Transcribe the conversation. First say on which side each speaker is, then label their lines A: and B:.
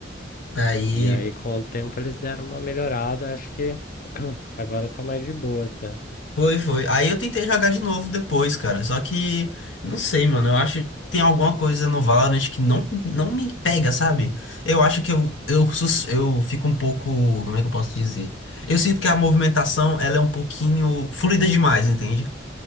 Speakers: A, on the left (about 75°); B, on the left (about 50°).
A: Aí.
B: E aí, com o tempo, eles deram uma melhorada. Acho que <clears throat> agora tá mais de boa, tá?
A: Foi, foi. Aí eu tentei jogar de novo depois, cara. Só que, não sei, mano. Eu acho que tem alguma coisa no Valorant que não, não me pega, sabe? Eu acho que eu, eu, sus- eu fico um pouco. Como é que eu posso dizer? Eu sinto que a movimentação, ela é um pouquinho fluida demais, entende?